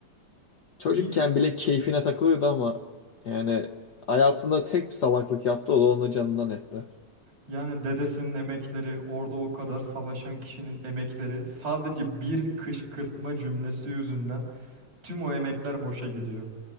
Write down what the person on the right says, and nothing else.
Bir
yani dedesinin emekleri, orada o kadar savaşan kişinin emekleri sadece bir kışkırtma cümlesi yüzünden Tüm o emekler boşa gidiyor.